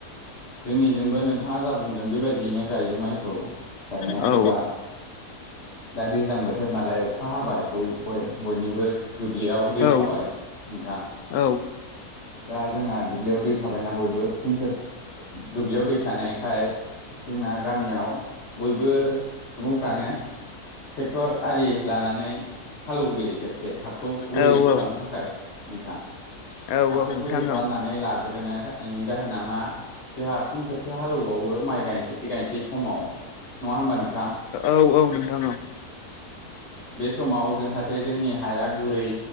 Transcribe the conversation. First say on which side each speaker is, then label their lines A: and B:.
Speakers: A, on the left; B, on the left.
A: जोंनिजोंबो नोंथाङा जा बुंदों बेबायदियैनो गायो माइखौ। गायनायाथ'
B: औ
A: दा दा दैजां बोथोर नालाय अखा हाबाय बयनिबो दुब्लियाव दै
B: औ
A: थाबाय नोंथां।
B: औ
A: दा जोंना दुब्लियाव दै थाबायना बयबो फिन खेब दुब्लियाव दै थानायखाय जोंना गामियाव बयबो सुबुंफ्रानो ट्रेक्टर आरि लानानै हालेवग्रोयो खेबसे हाखौ गुरै
B: औ
A: खालामनो थाखाय नोंथां।
B: औ
A: हाखौ
B: नोंथां
A: गुरै खालामनानै लाग्रोनानै नि जाहोना मा जोंहा फिन खेबसे हालेवबावो माइ गायनोसै गायनोसै समाव। नङा होमबा नोंथां
B: औ औ नोंथां औ
A: बे समाव जाहाथे जोंनि हाया गुरै